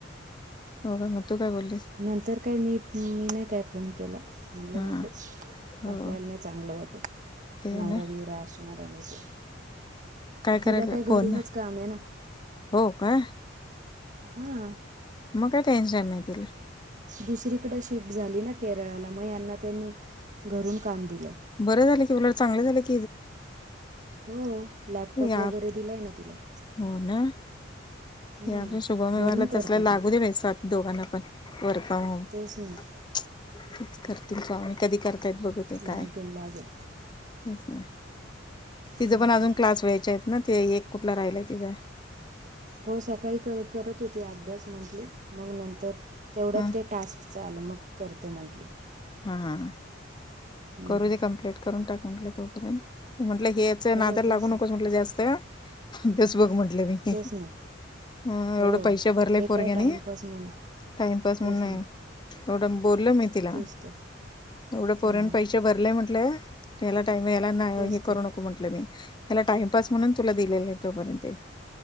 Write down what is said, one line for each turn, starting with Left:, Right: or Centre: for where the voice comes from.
Left: हो का म काय बोलोल
Right: नंतर काय मी मी नाही काय फोन केला म्हणलं
Left: हा
Right: नको
Left: हो
Right: आपल्याला नाही चांगलं वाटत
Left: ते
Right: नवरा
Left: ना
Right: बिवरा असणार आणि ते
Left: काय
Right: तिला
Left: करायला
Right: घरूनच
Left: फोन
Right: काम आहे ना
Left: हो का
Right: हा
Left: मग काय टेनशन नाही तिला
Right: दुसरीकडे शिफ्ट झाली ना केरळाला मग यांना त्यांनी घरून काम दिलं
Left: बरं झाले की ब चांगले झाले क
Right: हो लॅपटॉप
Left: या
Right: वगैरे दिलाय ना तिला
Left: हो ना
Right: हं,
Left: हे आपल्या शुभम व्यवहारला
Right: घरून करते
Left: तसल्या लागू
Right: ती
Left: देवायच दोघांना पण वर्क फ्रॉम होम
Right: तेच नाही
Left: तेच करतील का आणि कधी करतायेत बघू ते काय
Right: लागेल लागेल
Left: तेच ना तिचं
Right: मग
Left: पण अजून
Right: काय.
Left: क्लास व्हायचे ना ते एक कुठला राहिलाय तिथ
Right: हो सकाळी करत होती अभ्यास म्हटले मग नंतर तेवढ्यात
Left: हां
Right: ते टास्क चाल मग करते म्हटले
Left: हा हा
Right: हम्म.
Left: करू दे कम्प्लीट करून टाक म्हटले तोपर्यंत म्हटलं हे याच
Right: हो
Left: नादला
Right: तेच
Left: लागू नकोस
Right: ना
Left: म्हटलं जास्त अभ्यास बघ म्हंटलं मी हा
Right: तेच ना
Left: एवढं
Right: हो
Left: पैसे भरले
Right: हे
Left: पोरग्यानी
Right: काय टाईमपास म्हणून
Left: टाइमपास
Right: तेच
Left: म्हण नाही
Right: ना
Left: एवढं बोलल मी तिला
Right: तेच तर
Left: एवढं
Right: हां
Left: पोरान
Right: हां
Left: पैसे भरले म्हंटले त्याला टाईम यायला
Right: तेच
Left: हे
Right: तर
Left: करू नको म्हंटलं मी ह्याला टाइमपस म्हणून तुला दिलेला तोपर्यंत